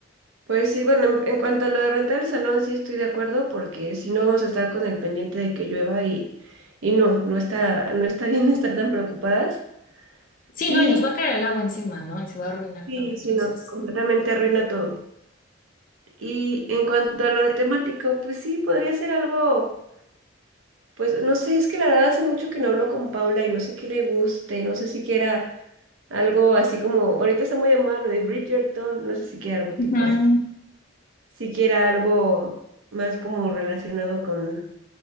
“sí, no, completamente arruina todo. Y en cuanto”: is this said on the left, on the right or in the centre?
Right